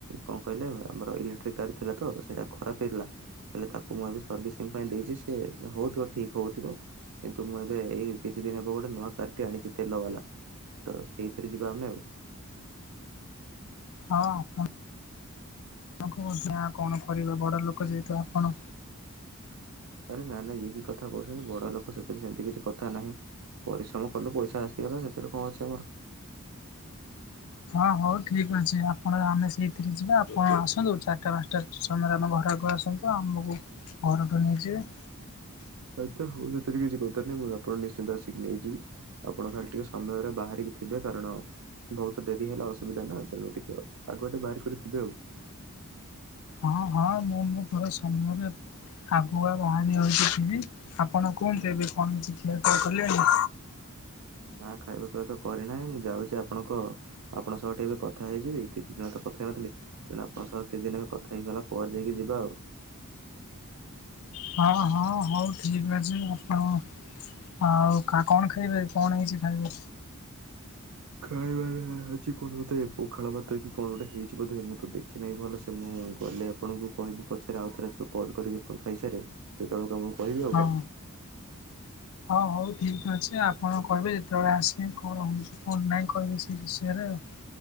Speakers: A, on the right (about 75°); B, on the left (about 70°).
A: କଣ କହିଲେ ଆମର ଇଲେକ୍ଟ୍ରିକ କାର ଥିଲା ତ ସେଇଟା ଖରାପ ହେଇଗଲା। ହେଲେ ତାକୁ ମୁଁ ଏବେ ସର୍ଭିସିଂ ପାଇଁ ଦେଇଛି ସେ ହଉଥିବ ଠିକ ହଉଥିବ। କିନ୍ତୁ ମୁଁ ଏବେ ଏଇ କିଛି ଦିନ ହେବ ଗୋଟେ ନୂଆ କାରଟେ ଆଣିଛି ତେଲ ବାଲା। ତ ସେଇଥିରେ ଯିବା ଆମେ ଆଉ।
B: ହଁ ଆପଣ ଆଙ୍କୁ ସେଇଆ କଣ କରିବା ବଡ଼ ଲୋକ ଯେହେତୁ ଆପଣ।
A: ଆରେ ନା ନା ଇଏ କି କଥା କହୁଛନ୍ତି ବଡ ଲୋକ ସହିତ ସେମିତି କିଛି କଥା ନାହିଁ। ପରିଶ୍ରମ କଲୁ ପଇସା ଆସିିଗଲା ସେଥିରେ କଣ ଅଛି ଆମର।
B: ହଁ ହଉ ଠିକ୍ ଅଛି ଆପଣ ଆମେ ସେଇଥିରେ ଯିବା ଆପଣ ଆସନ୍ତୁ ଚାରିଟା ପାଞ୍ଚଟା ସମୟରେ ଆମ ଘର ଆଗକୁ ଆସନ୍ତୁ। ଆସନ୍ତୁ ଆମକୁ ଘରଠୁ ନେଇଯିବେ।
A: ଆଚ୍ଛା ହଉ ସେଥିରେ କିଛି କଥା ନାହିଁ ମୁଁ ଆପଣଙ୍କୁ ନିଶ୍ଚିନ୍ତ ଆସିକି ନେଇଯିବି। ଆପଣ ଖାଲି ଟିକେ ସମୟରେ ବାହାରିକି ଥିବେ କାରଣ ବହୁତ ଡରି ହେଲେ ଅସୁବିଧା ନା ତେଣୁ ଟିକେ ଆଉ ଆଗ ଗୋଟେ ବାହାର କରିଥିବେ ଆଉ।
B: ହଁ, ହଁ ମୁଁ, ମୁଁ ମୋର ସମୟରେ ଆଗୁଆ ବାହାରି ରହିକି ଥିବି, ଆପଣ କୁହନ୍ତୁ ଏବେ କଣ କିଛି ଖିଆପିଆ କଲେଣି?
A: ନା ଖାଇବା ପିଇବା ତ କରିନାହିଁ ମୁଁ ଯାଉଛି ଆପଣଙ୍କ ଆପଣଙ୍କ ସହ ଟିକେ ଏବେ କଥା ହେଇଯିବି କିଛି ଦିନ ତ କଥା ହେଇନଥିଲି? ତେଣୁ ଆପଣଙ୍କ ସହ କିଛି ଦିନ ଆମେ କଥା ହେଇଗଲା ପରେ ଯାଇକି ଯିବା ଆଉ?
B: ହଁ ହଁ ହଉ ଠିକ୍ ଅଛି ଆପଣ ହଁ ଆଉ କଣ ଖାଇବେ କଣ ହେଇଛି ଖାଇବେ?
A: ଖାଇବାର ଅଛି କଣ ବୋଧେ ପଖାଳ ଭାତ କି କଣ ଗୋଟେ ହେଇଛି ବୋଧେ ମୁଁ ତ ଦେଖି ନାହିଁ ଭଲ ସେ ମୁଁ ଗଲେ ଆପଣଙ୍କୁ କହିବି ପଛରେ ଆଉଥ ରାତିରେ କଲ୍ କରିବିଣ ଖାଇସାରାରେ ସେତେବେଳକୁ ଆମକୁ କହିବି ଆଉ
B: ହଁ
A: କଣ?
B: ହଁ ହଉ ଠିକ୍ ଅଛି ଆପଣ କହିବେ ଯେତେବେଳେ ଆସିବେ କଣ ହେଉଛି ଫୋନ୍ ନାହିଁ କହିବେ ସେ ବିଷୟରେ ଆଉ?